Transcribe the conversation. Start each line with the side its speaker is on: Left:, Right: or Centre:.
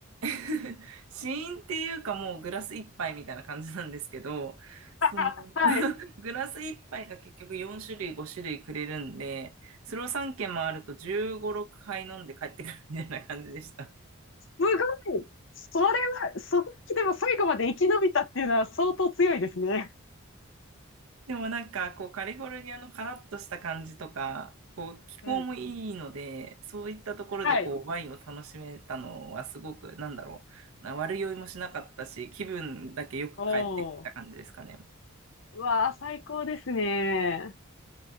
Right: <laughs> 死因っていうかもうグラス一杯みたいな感じなんですけど、その
Left: <laughs> はい。
Right: <laughs> グラス一杯が結局4種類5種類くれるんで、それを3軒回ると15、6杯飲んで帰ってくるみたいな感じでした。<laughs>
Left: ごい。それは、その時でも最後まで生き延びたっていうのは相当強いですね。
Right: でもなんかこうカリフォルニアのカラッとした感じとか、こう気候もいいので、
Left: うん。
Right: そういったところでこうワインを楽しめたのはすごくなんだろう、
Left: はい。
Right: な悪酔いもしなかったし、気分だけよく帰ってきた感じですかね。
Left: おー。うわあ、最高ですね。